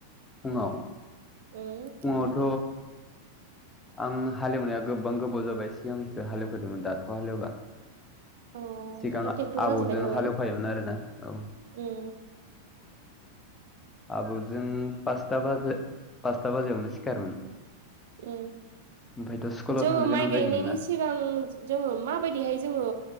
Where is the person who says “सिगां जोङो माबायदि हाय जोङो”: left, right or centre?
Right